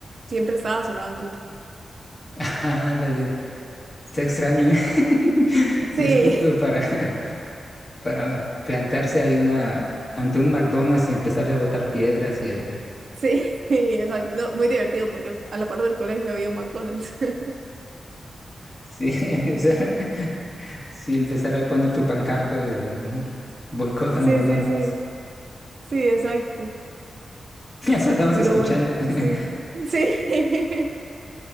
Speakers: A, on the right; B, on the left.
A: siempre estaba sonando.
B: <laughs> Ándale, está extraño, ¿eh? <laughs>
A: Sí.
B: Sí, es como que para, <laughs> para plantarse ahí una, ante un McDonald's y empezar a botar piedras y ahí.
A: Sí, <laughs> exacto. No, muy divertido porque al- a la par del colegio había un McDonald's. <laughs>
B: Sí, <laughs> o sea, Si empezara a poner tu pancarta de, ¿no? Boicota
A: Sí,
B: McDonald's.
A: sí, sí. Sí, exacto.
B: <laughs> Eso andabas
A: Pero
B: escuchando.
A: bueno, sí,
B: <laughs>
A: sí.